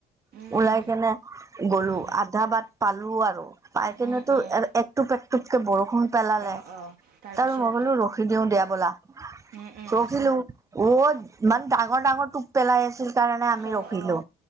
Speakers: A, on the right; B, on the right.
A: উম
B: ওলাই
A: উম
B: কেনে গলো
A: উম
B: আধা বাট পালো আৰু। পাই কেনে
A: উম
B: তো
A: উম,
B: একটুপ একটুপকে বৰষুণ পেলালে।
A: অ অ তাৰপিছত
B: তাৰ মই ক'লো ৰখি দিও দিয়া বলা।
A: উম উম
B: ৰখিলো ৱত ইমান ডাঙৰ ডাঙৰ টোপ পেলাই আছিল কাৰণে আমি
A: অ
B: ৰখিলো।
A: অ